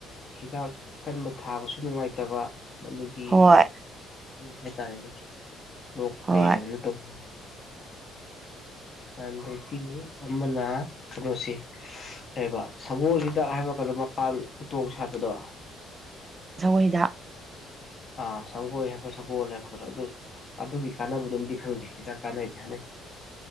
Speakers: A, on the left; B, on the right.
A: ꯍꯤꯗꯥꯛ ꯑꯀꯟꯕ ꯊꯥꯕꯁꯨ ꯅꯨꯡꯉꯥꯏꯇꯕ ꯑꯗꯨꯒꯤ
B: ꯍꯣꯏ
A: ꯍꯥꯏꯇꯥꯔꯦꯅꯦ ꯂꯣꯛ ꯐꯩ
B: ꯍꯣꯏ
A: ꯍꯥꯏꯗꯅ ꯇꯧꯕ ꯆꯗ ꯑꯃꯅ ꯇꯂꯣꯁꯤ ꯂꯩꯕ ꯁꯒꯣꯜ ꯍꯤꯗꯥꯛ ꯍꯥꯏꯕ ꯀꯩꯅꯣ ꯃꯄꯥꯟ ꯎꯇꯣꯡ ꯁꯥꯠꯄꯗꯣ
B: ꯁꯖꯑꯣꯣꯏꯗ
A: ꯑꯥ ꯁꯒꯣꯜ ꯍꯥꯏꯕ꯭ꯔ ꯁꯒꯣꯜ ꯍꯥꯏꯕ ꯈꯔꯣ ꯑꯗꯨ ꯑꯗꯨꯒꯤ ꯀꯥꯟꯅꯕꯗꯨꯝꯗꯤ ꯈꯪꯗꯦ ꯍꯤꯗꯥꯛ ꯀꯥꯟꯅꯩꯗꯤ ꯍꯥꯏꯅꯩ